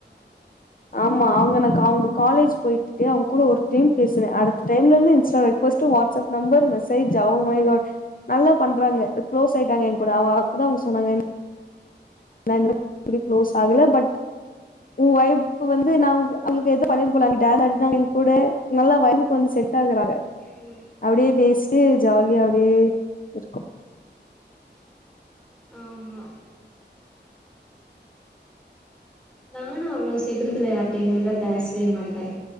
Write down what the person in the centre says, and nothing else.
ம்
ஆமா நானு அவ்வளோ சீக்கிரத்துல
யார்ட்டையு நல்லா பேசவே மாட்டே